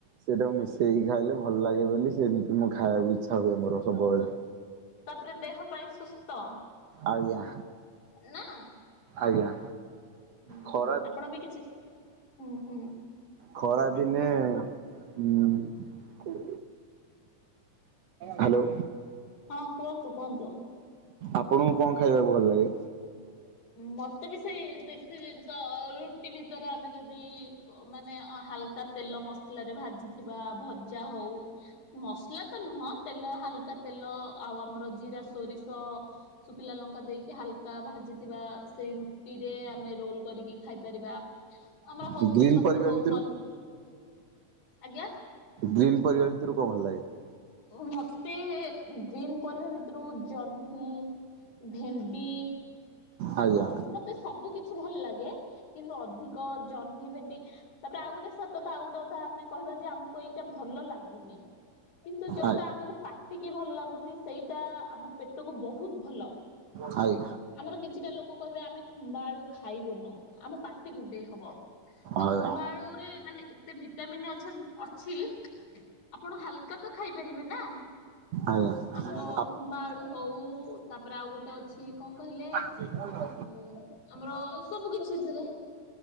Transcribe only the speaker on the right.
ସେଇଟା ମିଶେଇକି ଖାଇଲେ ଭଲ ଲାଗେ ବୋଲି ସେମିତି ମୁଁ ଖାଇବାକୁ ଇଚ୍ଛା ହୁଏ ମୋର ସବୁବେଳେ।
ଆଜ୍ଞା
ଆଜ୍ଞା।
ଖରା
ଖରାଦିନେ ଉଁ କୁଁ ହ୍ୟାଲୋ।
ଆପଣଙ୍କୁ କଣ ଖାଇବାକୁ ଭଲ ଲାଗେ?
ଗ୍ରୀନ୍
ପରିବା
ଭିତରୁ
ଗ୍ରୀନ୍ ପରିବା ଭିତରୁ କଣ ଭଲ ଲାଗେ?
ଆଜ୍ଞା
ଆ
ହାଇ।
ଆଜ୍ଞା
ଆଜ୍ଞା।
ଆପ
ସେୟା ପା।